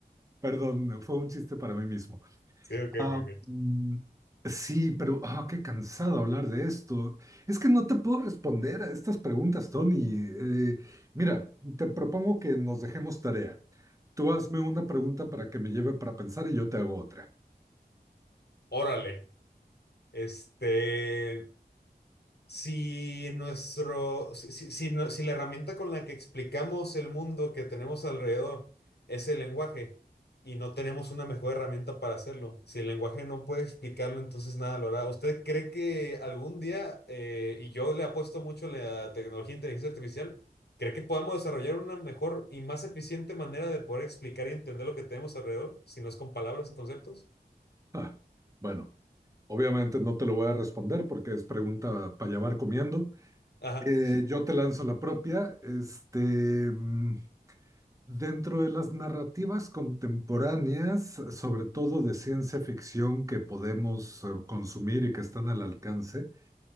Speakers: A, on the right; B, on the left.
A: perdón, fue un chiste para mí mismo.
B: Sí, ok,
A: Ah,
B: ok, ok.
A: mm, sí, pero ah, qué cansado hablar de esto. Es que no te puedo responder a estas preguntas, Tony. Eh, mira, te propongo que nos dejemos tarea. Tú hazme una pregunta para que me lleve para pensar y yo te hago otra.
B: Órale. Este. Si nuestro, si, si- si no- si la herramienta con la que explicamos el mundo que tenemos alrededor es el lenguaje y no tenemos una mejor herramienta para hacerlo, si el lenguaje no puede explicarlo, entonces nada lo hará. ¿Usted cree que algún día, eh, y yo le apuesto mucho a la tecnología de inteligencia artificial, cree que podamos desarrollar una mejor y más eficiente manera de poder explicar y entender lo que tenemos alrededor, si no es con palabras y conceptos?
A: Ah, bueno, obviamente no te lo voy a responder porque es pregunta para llevar comiendo.
B: Ajá,
A: Eh, yo te lanzo la propia. Este, mm, Dentro de las narrativas contemporáneas, sobre todo de ciencia ficción que podemos eh, consumir y que están al alcance,